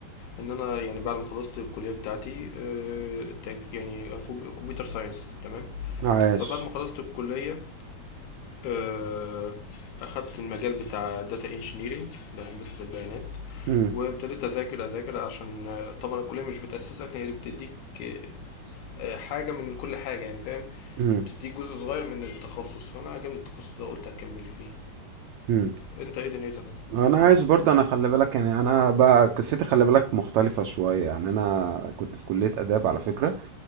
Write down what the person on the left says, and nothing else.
ان انا يعني بعد ما خلصت الكليه بتاعتي آه، التك- يعني أنا كمب- كمبيوتر ساينس تمام
فبعد ما خلصت الكليه آه، اخدت المجال بتاع داتا انجينيرينج ده هندسه البيانات
وابتديت اذاكر اذاكر عشان آه، طبعا الكليه مش بتاسسك هي بتديك آه، آه، حاجه من كل حاجه يعني فاهم
تديك جزء صغير من التخصص فانا عجبني التخصص ده قلت هكمل فيه
انت ايه دنيتك